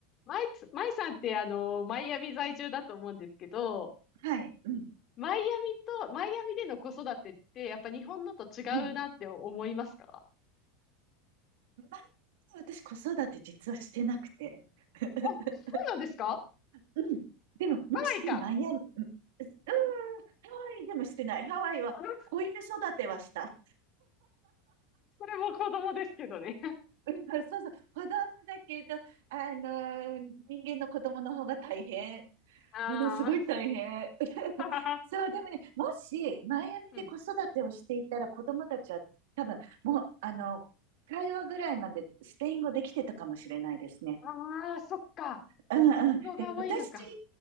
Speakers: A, on the left; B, on the right.
A: マイツ、マイさんってあの、マイアミ在住だと思うんですけど、
B: はい。うん。
A: マイアミと、マイアミでの子育てって、やっぱ日本のと違うなって思いますか
B: うん。前私子育て実はしてなくて。<laughs>
A: あ、そうなんですか
B: うん。でも、もしマイアミ、
A: ハワイか。
B: うん、うーん、ハワイでもしてない。ハワイは子犬育てはした。
A: あの、それも子供ですけどね。<laughs>
B: うん、そうそう。子供だけど、あのー人間の子供の方が大変。
A: あ
B: ものすごい大変。<laughs>
A: あ、
B: そう、でもね、もしマイアミで子育てをしていたら子供たちは多分、
A: <laughs> うん。
B: もう、あの、会話ぐらいまでスペイン語できてたかもしれないですね。
A: ああ、そっか。
B: うんうん。
A: 子が多いのか。
B: で、私、